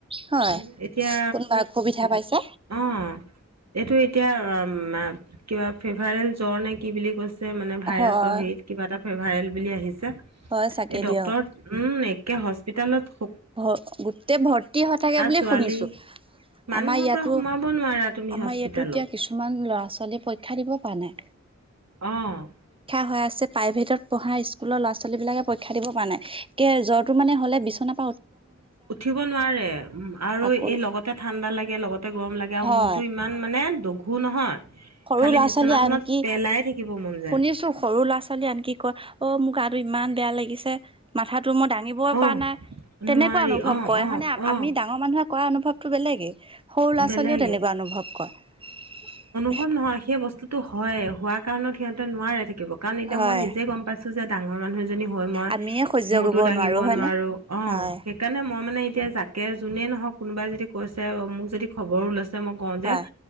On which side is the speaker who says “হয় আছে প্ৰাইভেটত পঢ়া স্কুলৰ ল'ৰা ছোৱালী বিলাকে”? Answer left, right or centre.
Right